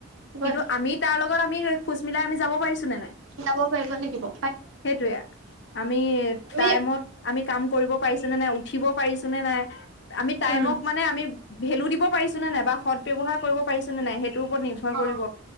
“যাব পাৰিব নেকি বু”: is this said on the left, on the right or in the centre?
Right